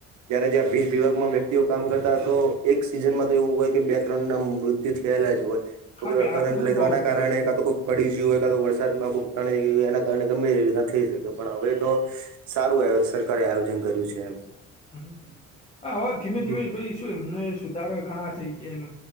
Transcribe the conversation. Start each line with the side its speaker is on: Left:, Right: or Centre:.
Right: જયારે જ્યાં વીજ વિભાગમાં વ્યક્તિઓ કામ કરતા તો એક સિઝનમાં તો એવું હોય કે બે ત્રણ ના મૃત્ય થયેલા જ હોય તો
Left: હા પેલા
Right: કરટ
Left: બધું
Right: લેવાના
Left: બહુ જોયેલું
Right: કારણે
Left: હતું
Right: પડી ગયું હોય કા તો વરસાદમાં ખુબ તણે કાર ગંમેીર રીતના થઈ શકે પણ હવે તો સારું સરકારે આયોજન કર્યું છે એમ
Left: હ હવે ધીમે
Right: હમ
Left: ધીમે શું એમને સુધારા ઘણા થઈ ગયા એમ